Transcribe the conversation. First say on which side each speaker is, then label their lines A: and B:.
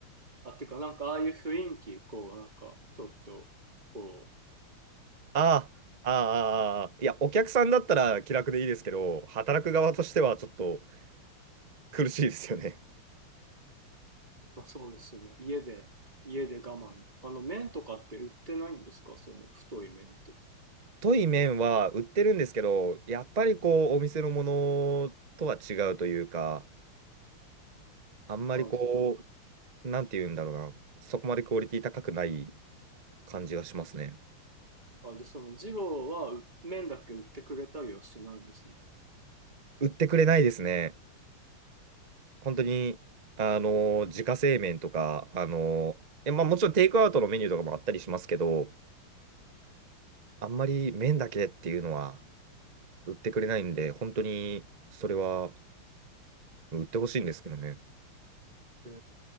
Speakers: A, on the right (about 20°); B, on the right (about 65°).
A: あ、てかなんかああいう雰囲気、こうなんかちょっと、こう、
B: ああ、ああ、いや、お客さんだったら気楽でいいですけど、働く側としてはちょっと苦しいですよね。
A: まあそうですね、家で、家で我慢。あの麺とかって売ってないんですかその太い麺って。
B: 太い麺は売ってるんですけど、やっぱりこう、お店のものとは違うというか、あんまりこ
A: あ、で、その、
B: う、なんて言うんだろうな、そこまでクオリティ高くない感じがしますね。
A: あ、で、その二郎はう麺だけ売ってくれたりはしないんですね。
B: 売ってくれないですね。本当に、
A: あそう
B: あの、自家製麺とか、あの、え、まあもちろんテイクアウトのメニューとかもあったりしますけど、あんまり麺だけっていうのは。売ってくれないんで、本当にそれは売ってほしいんですけどね。
A: へえ